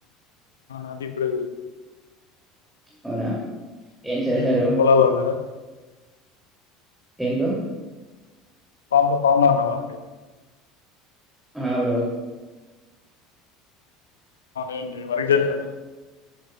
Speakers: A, on the left; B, in the centre.
A: అది ఇప్పుడు
B: అవునా ఏం చేశారు
A: ఇ మీ పొలాాలన్నారా
B: ఏం బ్రో
A: ఫామ్ లో ఫామ్ లో అన్నావా
B: ఆ బ్రో
A: ఏంటి వర్క్ చేస్త అన్నార